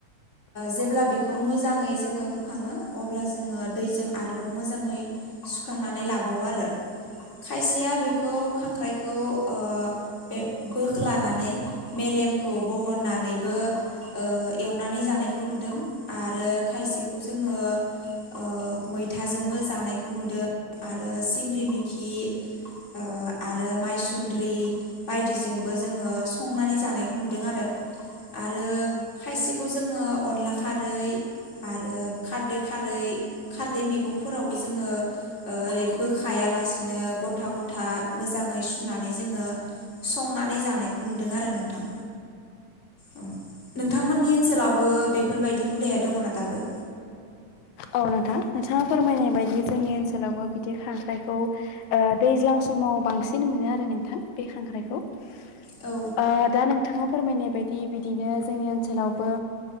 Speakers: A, on the left; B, on the left.
A: जेब्ला बेखौ मोजाङै जोङो सुखाङो अब्ला जोङो दैजों आरोबाव मोजाङै सुखांनानै लाबावो आरो। खायसेया बेखौ खांख्राइखौ ओ बे बोख्लानानै मेलेमखौ बहननानैबो ओ एवनानै जा नायखौ नुदों आरो खायसेखौ जोङो ओ मैथाजोंबो जानायखौ नुदों आरो सिंग्रि मिखि ओ आरो मायसुन्द्रि बायदिजोंबो जोङो संनानै जानायखौ नुदों आरो आरो खायसेखौ जोङो अनला खारै आरो खारदै खारै खारदै मैगंफोरावबो जोङो ओ ओरै बोखायालासिनो गथा गथा मोजाङै सुनानै जोङो संनानै जानायखौ नुदों आरो नोंथां। ओं नोंथांमोननि ओनसोलावबो बेफोरबायदि हुदाया दङना दाबो?
B: औ नोंथां नोंथाङा फोरमायनाय बायदि जोंनि ओनसोलावबो बिदि खांख्राइखौ ओ दैज्लां समाव बांसिन मोनो आरो नोंथां बे खांख्रायखौ ओ
A: औ
B: दा नों नोंथाङा फोरमायनाय बायदि बिदिनो जोंनि ओनसोलावबो